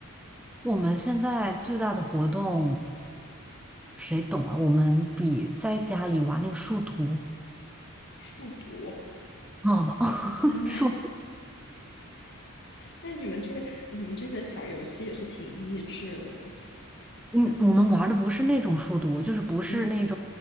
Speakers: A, in the centre; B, on the left.
A: 我们现在最大的活动，谁懂啊？我们比在家里玩那个数独
B: 数独，
A: <laughs>，啊，<laughs>
B: 真的？
A: 数独，
B: <laughs> 那你们这个你们这个小游戏也是挺益智的呢。
A: 嗯，我们玩的不是那种数独，就是不是那种，
B: 嗯